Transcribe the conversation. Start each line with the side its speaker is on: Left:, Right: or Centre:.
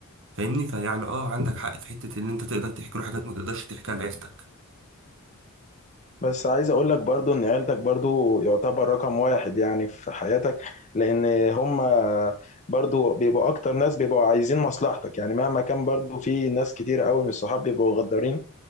Right: فاهمني فيعني اه عندك حق في حتة ان انت تقدر تحكي له حاجات ما تقدرش تحكيها لعيلتك
Left: بس عايز اقول لك برضو ان عيلتك برضو يعتبر رقم واحد يعني في حياتك لان هم برضو بيبقوا اكتر ناس بيبقوا عايزين مصلحتك يعني مهما كان برضو في ناس كتير قوي من الصحاب بيبقوا غدارين